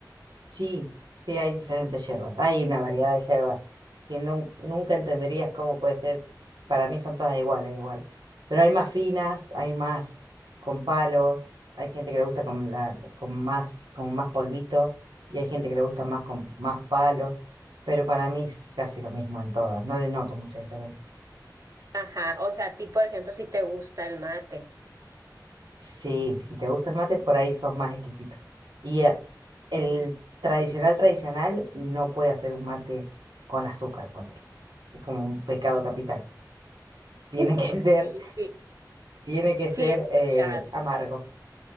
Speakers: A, on the right; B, on the right.
A: Sí, sí, hay diferentes hierbas, hay una variedad de hierbas que nun- nunca entenderías cómo puede ser, para mí son todas iguales, igual, pero hay más finas, hay más con palos, hay gente que le gusta con, la, con más, con más polvito y hay gente que le gusta más con más palos, pero para mí es casi lo mismo en todas, no le noto mucha diferencia.
B: Ajá, o sea, a ti, por ejemplo, si te gusta el mate. <laughs>
A: Sí, si te gusta el mate, por ahí sos más exquisito. Y eh, el tradicional tradicional no puede hacer un mate con azúcar, porque es como un pecado capital.
B: Sí,
A: Tiene que <laughs> ser,
B: sí,
A: tiene que
B: sí
A: ser
B: he escuchado.
A: eh, amargo.